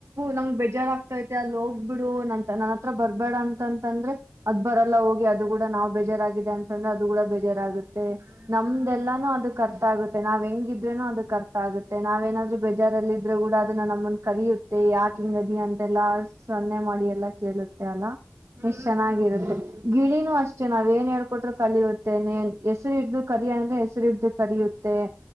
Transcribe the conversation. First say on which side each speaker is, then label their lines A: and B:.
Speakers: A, on the right (about 65°); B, on the right (about 50°).
A: ನಮ್ಗೆ ಬೇಜಾರ್ ಆಗ್ತೈತೆ ಅಲ್ಲಿ ಹೋಗ್ಬಿಡು ನ ನನ್ನ ಹತ್ರ ಬರ್ಬೇಡ ಅಂತಂತಂದ್ರೆ ಅದ ಬರಲ್ಲ ಹೋಗ ಅದು ಕೂಡ ನಾವು ಬೇಜಾರಾಗಿ ಅಂತಂದ್ರೆ ಅದು ಕೂಡ ಬೇಜಾರಾಗುತ್ತೆ
B: ಹ್ಮ್
A: ನಮ್ದೆಲ್ಲಾನು ಅದು ಕರ್ತ ಆಗುತ್ತೆ ನಾವ್ ಹೆಂಗ ಇದ್ರೆನು ಅದಕ್ ಅರ್ ಆಗೆ ನಾವೇನಾದರೂ ಬೇಜಾರಾಗಿದ್ರೆ ಬಜಾರಲ್ಲ ಇದ್ರರು ಕೂಡ ಅದನ್ನ ನಮ್ಮನ್ ಕರಿೆಯುತ್ತೆ ಯಾಕ ಹಿಂಗದಿ ಅಂತೆಲ್ಲಾ ಸನ್ನೆ ಮಾಡಿ ಎಲ್ಲ ಕೇಳುತ್ತೆ ಅಲ್ಲ
B: ಹ್ಮ್
A: ಎಷ್ಟ್ ಚೆನ್ನಾಗಿರುತ್ತೆ
B: ಹೌದು
A: ಗಿಳಿನೂ ಅಷ್ಟ ಅಷ್ಟೇ ನಾವ್ ಏನ್ ಹೇಳ್ಟ್ರರು ಕಲಿಯುತ್ತೇನೆನ್ ಹೆಸರು ಹಿಡ್ದು ಕರಿ ಅಂದ್ರೆ ಹೆಸರು ಹಡ್ದು ಕರಿಿಯುತ್ತೆ